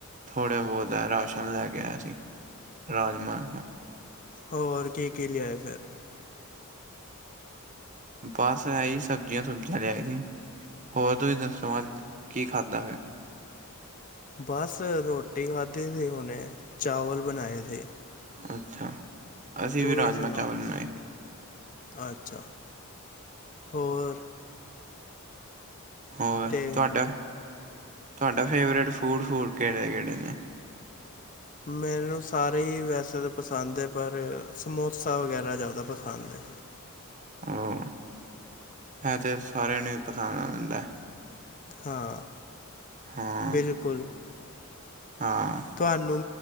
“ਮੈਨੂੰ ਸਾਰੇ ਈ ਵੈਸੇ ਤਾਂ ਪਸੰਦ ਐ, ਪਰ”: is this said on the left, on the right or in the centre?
Left